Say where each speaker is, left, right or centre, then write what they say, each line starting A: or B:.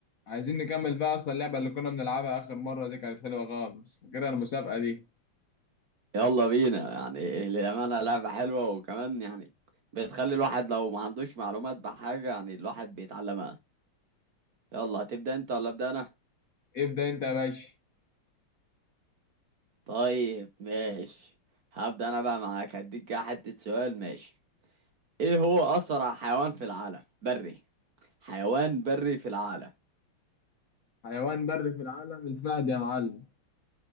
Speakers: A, on the left (about 60°); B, on the right (about 60°).
A: عايزين نكمل بقى اصلا اللعبة اللي كنا بنلعبها اخر مرة دي كانت حلوة خالص فاكرها المسابقة دي
B: يلا بينا يعني للأمانة لعبة حلوة وكمان يعني بتخلي الواحد لو ما عندوش معلومات بحاجة يعني الواحد بيتعلمها يلا هتبدأ انت ولا أبدأ أنا؟
A: ابدأ انت يا باشا
B: طيب ماشي هبدأ أنا بقى معاك هديك كده حتة سؤال ماشي ايه هو أسرع حيوان في العالم؟ بري حيوان بري في العالم
A: حيوان بري في العالم الفهد يا معلم